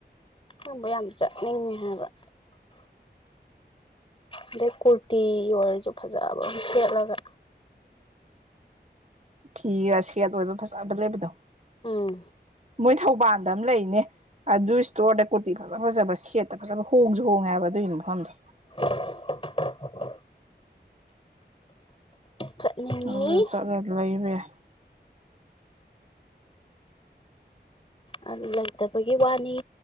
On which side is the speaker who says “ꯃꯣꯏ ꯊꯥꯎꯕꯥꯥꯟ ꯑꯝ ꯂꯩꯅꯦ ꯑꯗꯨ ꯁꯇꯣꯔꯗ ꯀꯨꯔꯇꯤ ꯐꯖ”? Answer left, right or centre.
Right